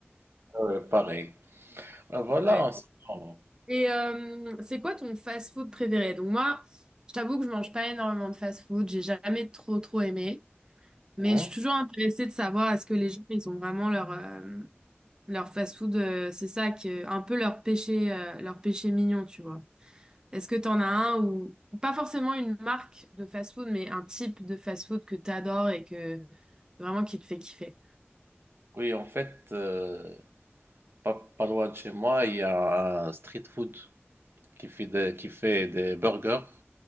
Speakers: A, on the right; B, on the right.
A: Euh, pareil. Ah, Voilà,
B: Ouais.
A: en ce moment.
B: Et euh, c'est quoi ton fast-food préféré? Donc moi, je t'avoue que je mange pas énormément de fast-food, j'ai jamais trop trop aimé. Mais
A: Hein
B: je suis toujours intéressée de savoir est-ce que les gens, ils ont vraiment leur, euh, leur fast-food, euh, c'est ça, que, un peu leur péché, euh, leur péché mignon, tu vois. Est-ce que t'en as un ou pas forcément une marque de fast-food, mais un type de fast-food que t'adores et que vraiment qui te fait kiffer?
A: Oui, en fait, euh, pas, pas loin de chez moi, il y a un street food qui fait des, qui fait des burgers.